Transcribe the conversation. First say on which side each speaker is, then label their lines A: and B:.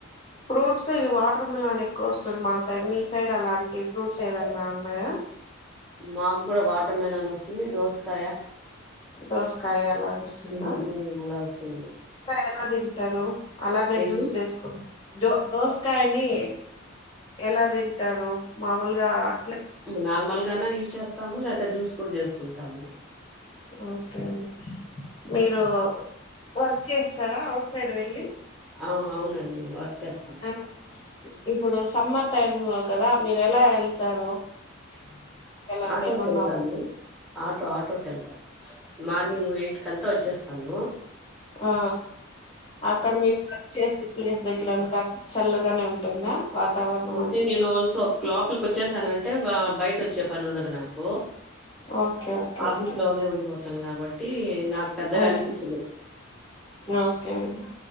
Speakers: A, on the left; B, in the centre.
A: ఫ్రూట్స్ ఇవి వాటర్ మిలాన్ ఎక్కువ వస్తుంది మా సైడ్. మీ సైడ్ అలాంటి ఫ్రూట్స్ ఏదన్నా ఉన్నాయా?
B: మాగ్గుడ వాటర్ మిలన్ వస్తుంది దోసకాయ
A: దోసకాయ అలాగ వస్తుందా?
B: ఉమ్ ఉమ్ అలా వస్తుంది.
A: అలా తింటారు అలానే
B: ఏంటి
A: జ్యూస్ చేసుకో దో దోసకాయని ఎలా తింటారు మామూలుగా అట్లే
B: నార్మల్ గా అన్న యూస్ చేస్తాము లేదా జ్యూస్ గూడ చేసుకుంటాము.
A: ఓకే అండి మీరు వర్క్ చేస్తారా ఔట్ సైడ్ వెళ్ళి.
B: అవ్ అవునండి వర్క్ చేస్తాం.
A: ఆ, ఇప్పుడు సమ్మర్ టైమ్ లో కదా మీరు ఎలా వెళ్తారు?
B: హ
A: ఎలా అట్లా
B: ఆటోకెళ్తాను
A: ఏమన్నా
B: ఆటో ఆటోకెళ్తా మార్నింగ్ ఎయిట్ కంతా వచ్చేస్ తాను
A: ఆ అక్కడ మీరు వర్క్ చేసే ప్లేస్ దగ్ గ్గర అంతా చల్లగానే ఉంటుందా? వాతావరణం
B: ఉంటే
A: అంతా
B: నేను వన్స్ క్ లోపలికి వచ్చేశానంటే ఆ బయట వచ్చే పని ఉండదు నాకు
A: ఓకే ఓకే
B: ఆఫీస్
A: అండి
B: లోనే ఉండిపోతాను కాబట్టి నాకు పెద్దగా
A: ఆ,
B: అనిపించదు
A: ఓకే అండి